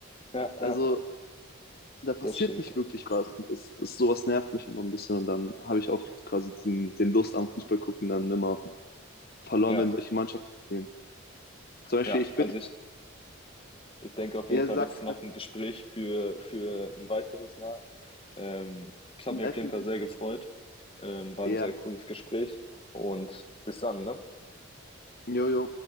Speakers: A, on the left; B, on the left.
A: ja,
B: Also
A: ja,
B: da passiert
A: das stimmt.
B: nicht wirklich was. Und das, das, sowas nervt mich immer ein bisschen und dann habe ich auch quasi diesen, den Lust am Fußball gucken dann immer verloren,
A: Ja,
B: wenn solche Mannschaften spielen. Zum Beispiel,
A: ja,
B: ich
A: also
B: bin,
A: ich Ich denke auf jeden
B: ja,
A: Fall,
B: sag,
A: das ist
B: ich
A: noch ein Gespräch für, für ein weiteres Mal. Ähm, ich habe
B: bin
A: mich
B: elf
A: auf jeden Fall sehr gefreut. Ähm, war
B: Ja,
A: ein sehr cooles Gespräch und bis dann, ne?
B: Jojo.